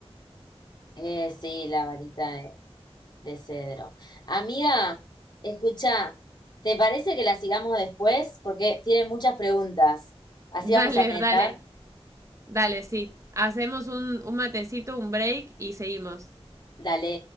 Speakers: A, on the left; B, on the right.
A: Eh, sí, la varita de, de cedro. Amiga, escucha, ¿te parece que la sigamos después? Porque tienen muchas preguntas. Así
B: Dale,
A: vamos a merendar.
B: dale, dale, sí. Hacemos un, un matecito, un break y seguimos.
A: Dale.